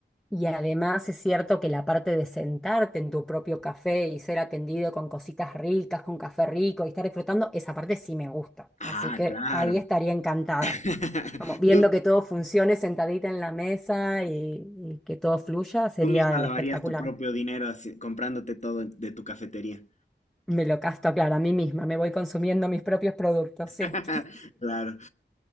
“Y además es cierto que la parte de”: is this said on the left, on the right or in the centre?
Centre